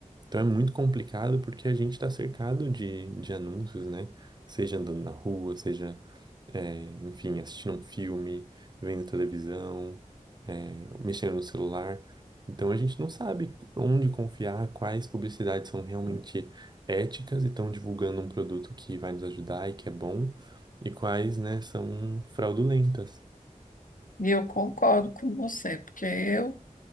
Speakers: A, on the right; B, on the left.
A: Então é muito complicado porque a gente está cercado de, de anúncios, né? Seja andando na rua, seja é, enfim, assistindo um filme, vendo televisão, é, mexendo no celular. Então a gente não sabe onde confiar, quais publicidades são realmente éticas e estão divulgando um produto que vai nos ajudar e que é bom, e quais, né, são fraudulentas.
B: E eu concordo com você, porque eu